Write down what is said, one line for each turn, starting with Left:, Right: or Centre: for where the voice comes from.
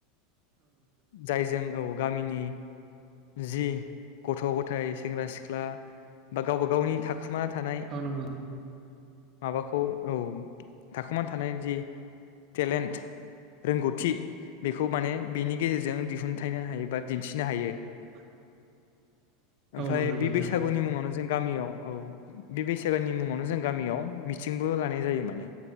Left: जायजों औ गामिनि जि गथ' गथाय सेंग्रा सिख्ला बा गावबा गावनि थाखुमाना थानाय।
Right: औ नंगौ नोंथां औ नंगौ
Left: माबाखौ औ थाखोमा थानाय जि टेलेन्ट रोंगौथि बेखौ माने बेनि गेजेरजों दिहुनथायाइनो हायो बा दिन्थिनो हायो।
Right: <inaudible>
Left: ओमफाय
Right: औ नंगौ नामा
Left: बे
Right: नोंथां
Left: बैसागुनि मुङावनो जों गामियाव औ बे बैसागुनि मुङावनो जों गामियाव मिथिंबो लानाय जायो माने